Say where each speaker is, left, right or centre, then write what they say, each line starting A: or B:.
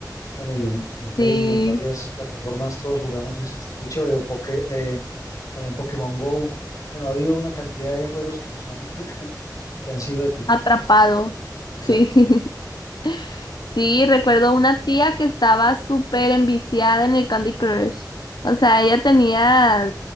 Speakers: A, on the left; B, on the left.
A: bueno, y en, en Facebook,
B: Sí,
A: en varias plataformas, todos jugamos ese, estuvo chévere, o Poké- eh, también Pokémon Go. Bueno, ha habido una cantidad de juegos que nos han, <laughs> que han sido épicos.
B: atrapado. Sí.
A: Exacto.
B: <laughs> Sí, recuerdo una tía que estaba súper enviciada en el Candy Crush. O sea, ella tenía...